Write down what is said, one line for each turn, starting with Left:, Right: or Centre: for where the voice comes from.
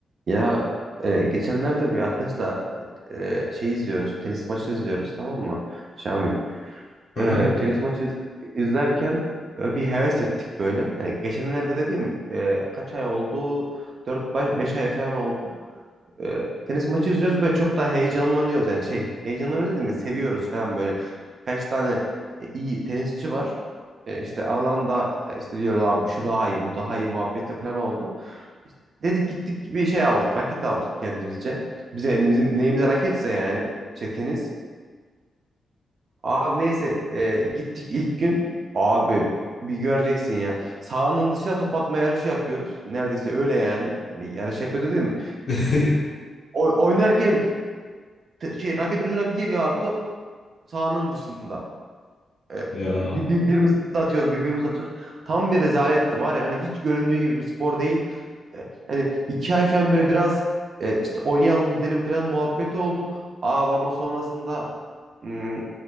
Right: Ya e, geçenlerde bir arkadaşla e, şey izliyoruz, tenis maçı izliyoruz tamam mı? Şamil.
Left: Hı
Right: E,
Left: hı.
Right: tenis maçı iz- izlerken e, bir heves ettik böyle. Yani geçenlerde dediğim e, kaç ay oldu? 4 beş ay falan oldu e, tenis maçı izliyoruz böyle çok daha heyecanlanıyoruz. Yani şey heyecanlanıyoruz dedim ya seviyoruz falan böyle. Birkaç tane e, iyi tenisçi var. E, işte aralarında e, işte diyoruz abi bu şu daha iyi bu daha iyi muhabbeti falan oldu. İşte dedik gittik bir şey aldık raket aldık kendimizce. Bize bizim neyimize raketse yani şey tenis. Abi neyse e, gittik ilk gün abi bir göreceksin ya. Sahanın dışına top atma yarışı yapıyoruz. Neredeyse öyle yani. Hani yarış yapıyor dedim.
Left: <laughs>
Right: E, e, o- oynarken te- şey raketin ucuna bir geliyor abi top sahanın dışında. E,
Left: Ya
Right: bir, bir- birimiz atıyoruz, bir- birimiz atıyoruz. Tam bir rezaletti var ya hani hiç göründüğü gibi bir spor değil. E, yani iki ay falan böyle biraz e, işte oynayalım gidelim falan muhabbeti oldu. Aa, ama sonrasında hmm,